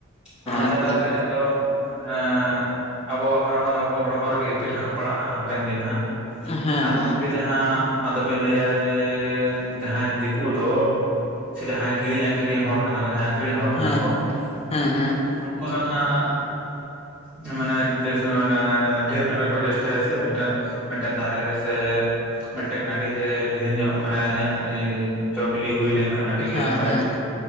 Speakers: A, in the centre; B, on the left.
A: ᱚᱱᱟ
B: ᱮᱠᱫᱚᱢ
A: ᱡᱟᱞᱟᱨᱮ ᱟᱫᱚ ᱮ ᱟᱵᱚᱣᱟᱜ ᱢᱟᱱᱮ ᱚᱱᱟ ᱫᱚ ᱟᱵᱚᱣᱟᱜ ᱦᱚᱲᱢᱚ ᱨᱮᱜᱮ ᱤᱯᱤᱴ ᱦᱟᱸᱜ ᱯᱟᱲᱟᱜᱼᱟ ᱦᱟᱯᱮᱱ ᱫᱤᱱ ᱦᱟᱸᱜ
B: ᱦᱮᱸ
A: ᱾ᱟᱨ
B: ᱦᱮᱸ
A: ᱜᱚᱝᱠᱮ ᱡᱟᱦᱟᱸ ᱟᱫᱚ ᱵᱤᱱ ᱞᱟᱹᱭᱟ ᱡᱮ ᱡᱟᱦᱟᱸᱭ ᱫᱤᱠᱩ ᱫᱚ ᱥᱮ ᱡᱟᱦᱟᱸᱭ ᱠᱤᱨᱤᱧ ᱟᱹᱠᱷᱨᱤᱤᱧ ᱦᱚᱲ ᱠᱟᱱᱟ ᱠᱚ ᱡᱟᱦᱟᱸᱭ ᱟᱹᱠᱷᱨᱤᱧ ᱦᱚᱲ
B: ᱦᱮᱸ
A: ᱠᱟᱱᱟ ᱠᱚ
B: ᱦᱮᱸ ᱦᱮᱸ
A: ᱩᱱᱠᱩ ᱫᱚ ᱱᱟᱦᱟᱜ ᱡᱮᱢᱟᱱᱮ ᱰᱮᱥᱚᱱ ᱮ ᱴᱷᱮᱨ ᱧᱚᱜ ᱜᱮᱠᱚ ᱪᱮᱥᱴᱟᱭᱟ ᱥᱮ ᱢᱤᱫᱴᱟᱝ ᱢᱤᱫᱴᱮᱱ ᱫᱟᱨᱟᱭ ᱨᱮᱥᱮ ᱢᱤᱫᱴᱮᱱ ᱱᱟᱹᱲᱤᱨᱮ ᱰᱷᱮᱨ ᱧᱚᱜ ᱢᱟᱱᱮ ᱤᱧᱟᱹᱜ ᱡᱚ ᱵᱤᱞᱤ ᱦᱩᱭ ᱞᱮᱱ ᱠᱟᱱ ᱟᱹᱰᱤ ᱜᱮ
B: ᱦᱮᱸ
A: ᱱᱟᱯᱟᱭ
B: ᱦᱮᱸ ᱦᱮᱸ